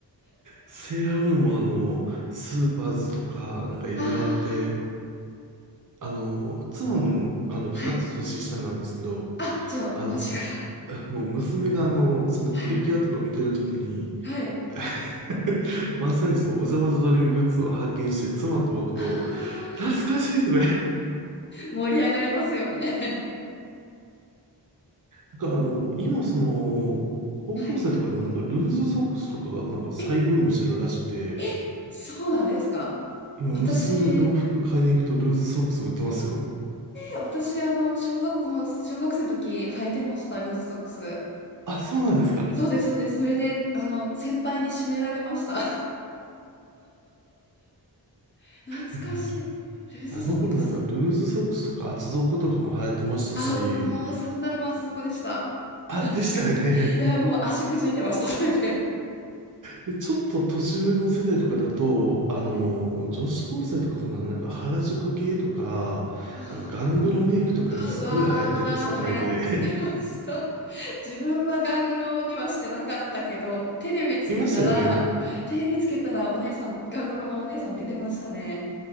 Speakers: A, on the right; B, on the left.
A: セーラームーンもあの、スーパーズとか、なんかいろいろあって、
B: あ、
A: あの、妻もあの、2つ年下なんですけど、
B: はい。あ、じゃあ同じぐらい。
A: あの、もう娘があの、そのプリキュアとかを見てるときに、
B: はい。はい。
A: <laughs> まさにそのお邪魔女ドレミグッズを発見して、妻と僕と、
B: ああ。
A: 懐かしいとか言って、
B: 盛り上がりますよね。<laughs>
A: なんかあの、今その、高校生とかでもなんかルーズソックスとかがなんか再ブームしてるらしくて、
B: はい。え、え、そうなんですか。
A: 今娘の洋服買いに行くとルーズソックス売ってますよ。
B: 私、えー、私、あの、小学校の、小学生の時履いてました、ルーズソックス。
A: あ、そうなんですかい
B: そうです、そうです。それで、あの、先輩に締められました。<laughs> 懐かしい。
A: や、
B: ルーズソックス。
A: あの頃なんかルーズソックスとか厚底とかも流行ってましたし、
B: あ、もうサンダルも厚底でした。
A: あ、
B: 懐か、
A: でしたよね。
B: いや、もう足くじいてました、それで。
A: で、ちょっと年上の世代とかだと、あの、
B: はい。
A: 女子高生とかかな、なんか原宿系とか、
B: ああ。
A: あの、ガングロメイクとかがすごい流行ってた世代で
B: あ、うわー、流行ってました。<laughs> 自分はガングロにはしてなかったけど、テレビつけたら、
A: <laughs> いましたよね。
B: テレビつけたらお姉さん、ガングロのお姉さん出てましたね。